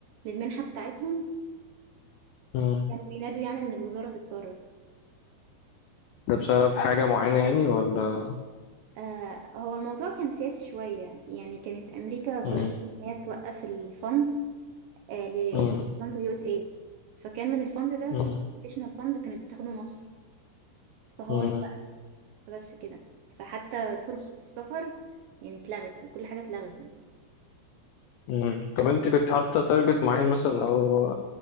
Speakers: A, on the right (about 80°); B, on the left (about 85°).
A: للمنحة بتاعتهم
B: مم.
A: كانوا بينادوا يعني إن الوزارة تتصرف
B: ده بسبب حاجة معينة يعني ولا
A: آه هو الموضوع كان سياسي شوية يعني كانت أمريكا
B: مم.
A: قررت إن هي توقف الفند آه لمنظمة
B: مم.
A: اليو اس ايد فكان من الفند ده
B: مم.
A: في educational فند كانت بتاخده مصر فهو
B: مم.
A: اتوقف بس كده فحتى فرصة السفر يعني اتلغت وكل حاجة اتلغت
B: مم. طب انت كنت حاطة تارجت معين مثلا او